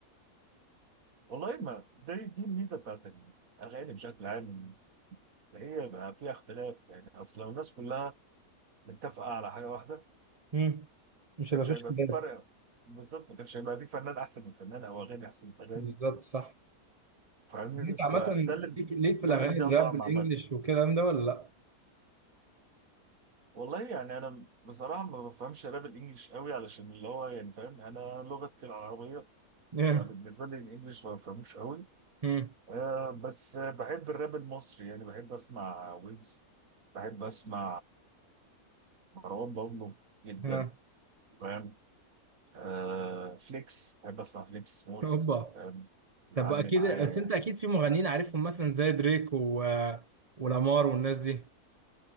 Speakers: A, on the right; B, on the right.
A: والله ما دي دي الميزة بتاعت الأغاني بشكل عام إن هي بقى فيها اختلاف يعني أصل لو الناس كلها متفقة على حاجة واحدة
B: امم مش
A: ما كانش
B: هيبقى فيش
A: هيبقى
B: خلاف
A: في فرق بالظبط ما كانش هيبقى في فنان أحسن من فنان أو أغاني أحسن من أغاني
B: بالظبط صح
A: فاهمني
B: انت
A: فده
B: عامه
A: اللي
B: ليك ليك في
A: ده
B: الاغاني
A: اللي مديها
B: الراب
A: طعم
B: الانجليش
A: عامة
B: والكلام ده ولا لا؟
A: والله يعني أنا بصراحة ما بفهمش راب الإنجليش قوي علشان اللي هو يعني فاهم أنا لغتي العربية
B: <laughs>
A: فبالنسبة لي الإنجليش ما بفهموش قوي
B: امم
A: آه، بس بحب الراب المصري يعني بحب اسمع ويجز بحب اسمع مروان بابلو جدا
B: ها
A: فاهم آه فليكس بحب اسمع فليكس موت
B: اوبا
A: فاهم يعلي
B: طب اكيد
A: معايا
B: بس
A: يعني
B: انت اكيد في مغنيين عارفهم مثلا زي دريك و... ولامار والناس دي